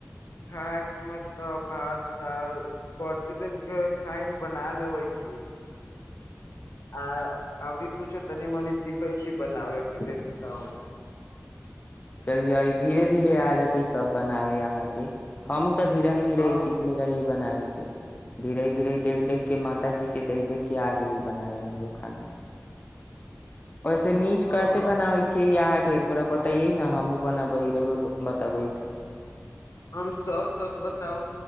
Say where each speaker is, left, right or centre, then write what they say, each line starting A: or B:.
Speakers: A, on the left; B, on the left.
A: खाय मे तऽ भात दाल प्रतिदिनके खायके बना लेबै छी आ आरी कूछो तनी मनी सिखै छै बनाब कि देखू कन
B: चलियऔ ई धीरे धीरे आ जेतै सब बनाबे अहाँके हमूँ तऽ धीर ह धीर
A: हँ
B: ह सीख रह है बनाबे के धीरे धीरे देख देख के माता जी के देख देख के आ गेले बनाबे हमरो खाना ओहिसे
A: हँ
B: मीट कैसे बनाबै छी अहाँ के थोड़ा बताइयै न हमहु बनाबहि रहुए बताबहि तऽ
A: हम स सोच बताउ